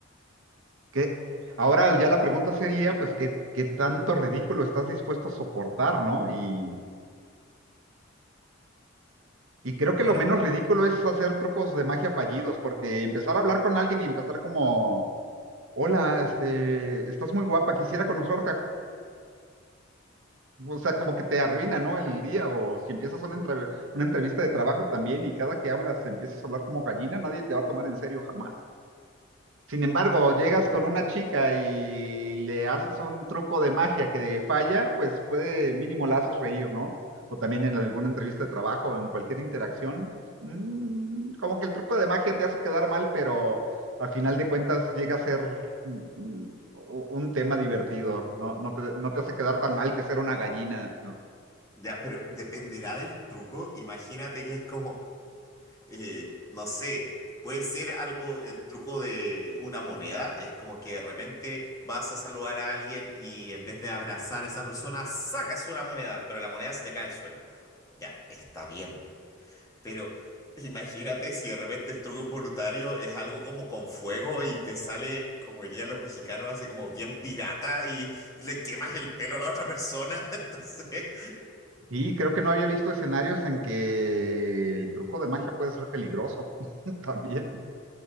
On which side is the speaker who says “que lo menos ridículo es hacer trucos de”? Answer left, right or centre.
Right